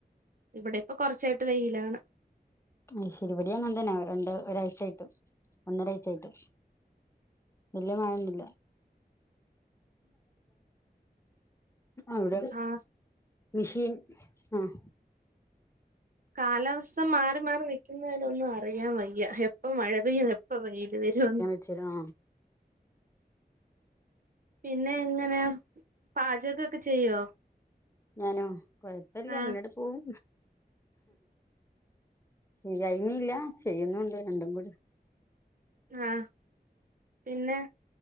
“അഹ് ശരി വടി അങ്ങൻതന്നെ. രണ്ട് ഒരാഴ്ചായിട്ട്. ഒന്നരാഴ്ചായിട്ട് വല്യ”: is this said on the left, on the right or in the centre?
Left